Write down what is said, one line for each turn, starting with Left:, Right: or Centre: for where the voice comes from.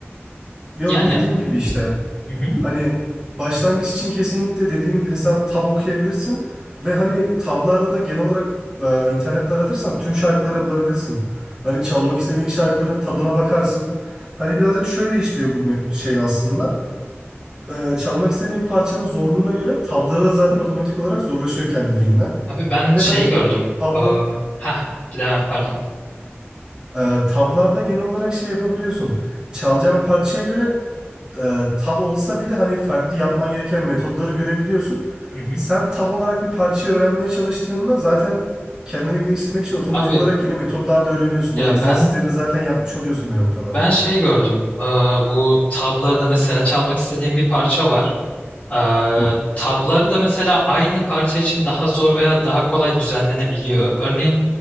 Right: Ya
Left: Yani.
Right: dediğim gibi işte
Left: Hı hı.
Right: hani başlangıç için kesinlikle dediğim hesap tab okuyabilirsin ve hani tablarda da genel olarak e, internette aratırsan tüm şarkıları bulabilirsin. Hani çalmak istediğin şarkıların tabına bakarsın. Hani birazcık şöyle işliyor bu met- şey aslında. E, çalmak istediğin parçanın zorluğuna göre tabları da zaten otomatik olarak zorlaşıyor kendiliğinden.
Left: Abi ben şey
Right: Ve hani
Left: gördüm.
Right: tabla,
Left: Aa, ha, devam et pardon.
Right: e, tablarda genel olarak şey yapabiliyorsun. Çalacağın parçaya göre e, tab olsa bile hani farklı yapman gereken metodları görebiliyorsun.
Left: Hı hı.
Right: Sen tab olarak bir parçayı öğrenmeye çalıştığında zaten kendini geliştirmek için otomatik
Left: Abi
Right: olarak yeni metodlar da öğreniyorsun.
Left: ya
Right: O egzersizleri
Left: ben
Right: de zaten yapmış oluyorsun bir noktada.
Left: Ben şey gördüm. Ee, bu tablarda mesela çalmak istediğim bir parça var. Ee,
Right: Hı hı.
Left: tablarda mesela aynı parça için daha zor veya daha kolay düzenlenebiliyor. Örneğin